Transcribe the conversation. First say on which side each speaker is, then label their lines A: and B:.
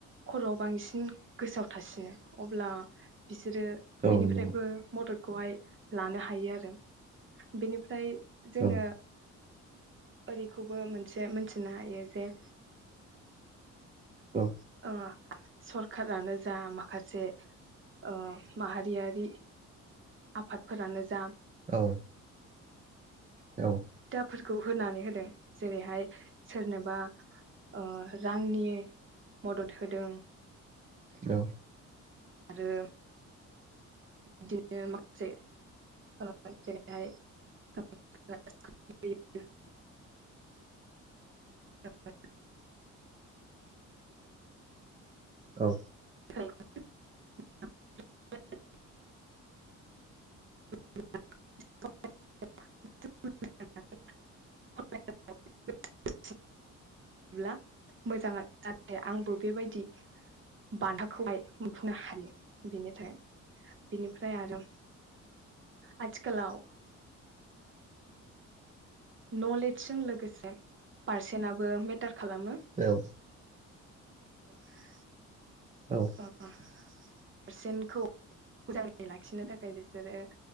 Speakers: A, on the right; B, on the right.
A: खर'आव बांसिन गोसोआव थासिनो अब्ला बिसोरो
B: औ
A: बेनिफ्रायबो
B: नंगौ
A: मदद खौहाय लानो हायो आरो बेनिफ्राय जोङो
B: औ
A: ओरैखौबो मोनसे मोनथिनो हायो जे
B: औ
A: ओ सरखारानो जा माखासे अ माहारियारि आफादफोरानो जा
B: औ औ
A: फोरखौ होनानै होदों जेरैहाय सोरनोबा अ रांनि मदद होदों
B: औ
A: आरो बिदिनो माखा से <unintelligible> <inaudible>
B: औ
A: <unintelligible> <inaudible> <inaudible> ब्ला मोजाङानो नाथाय आंबो बेबायदि बान्थाखौहाय मोनफुंनो हायो बेनिथाखाय बेनिफ्राय आरो आथिखालाव नलेजजों लोगोसे पार्सेनाबोे खालामो
B: औ औ
A: <inaudible>
B: औ
A: अ पारसेन्टखौ मोजाङै लाखिनो थाखाय बिसोरो